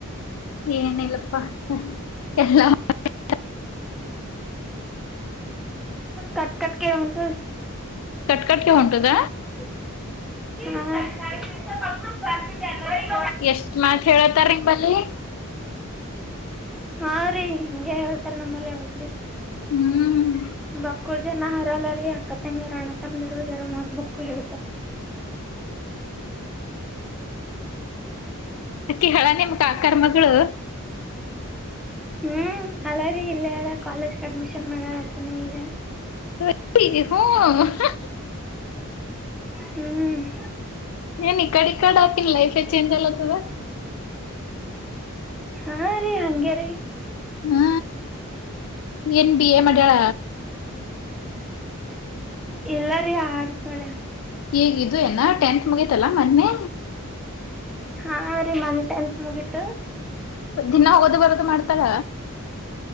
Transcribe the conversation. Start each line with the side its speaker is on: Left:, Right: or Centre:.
Left: ಏನಿಲ್ಲಪ್ಪಾ ಎಲ್ಲ <unintelligible>
Centre: ಕಟ್ ಕಟ್ ಕೇಳಿ ಹೊಂಟ
Left: ಕಟ್ಕಟ್ಗೆ
Centre: ಅದಕ್ಕ್
Left: ಹೊಂಟದ
Centre: ಹೊಡ್ಯಾಕಾಣ್ತಿದಿಲ್ಲ ಹೇಳ ಹಾರಿ <unintelligible>
Left: ಎಷ್ಟ ಮಾತ್ ಹೇಳತಾರ ನಿಂಬಲ್ಲಿ.
Centre: ಹಾ ರೀ ಹಿಂಗೆ ಹೇಳ್ತಾರ ನಮ್ಮಲ್ಲಿ ಯಾವಾಗ ಬೀ.
Left: ಹ್ಮ್
Centre: ಬಕ್ಕೂರ್ ಜನ ಹರ ಅಲರಿ ಆಕತ್ತಂಗಿರಿ ರು ಅಣ್ಣ ತಮ್ಮಂದಿರು ಜರ ಮಾತು ಬಕಾಳ ಹೇಳ್ತಾರಿ
Left: ಅಕ್ಕಿ ಹಳ ನಿಮ್ಮ ಕಾಕರ ಮಗಳು.
Centre: ಹ್ಮ್ ಹಳರಿ ಇಲ್ಲಲ್ಲ ಕಾಲೇಜ್ ಅಡ್ಮಿಷನ್ ಮಾಡ್ಯಾಳ ಆಕೆ ನೋ ಈಗ.
Left: <unintelligible> ಹೂ <unintelligible>
Centre: ಹ್ಮ್
Left: <unintelligible> ಇಕಡ ಇಕಡ ಅಕಿನ ಲೈಫ ಚಂಜ ಅಲಾತ. <unintelligible>
Centre: ಹಾರಿ ಹಂಗೆ ರೀ
Left: ಹ್ಮ ಏನ್ ಬಿ ಎ ಮಾಡಾಳ
Centre: ಎಲ್ಲಾರಿ ಆಡ್ಸ್ ಮಳ
Left: ಹೇಗಿದೆ ಏಣ್ಣ ಟೆಂತ್ ಮುಗತಲ್ಲಾ ಮೊನ್ನೆ
Centre: ಹಾ ರೀ ನಂದು ಟೆಂತ್ ಮುಗೀತು
Left: ದಿನಾ ಹೋಗೋದು ಬರೋದು ಮಾಡ್ತಾರ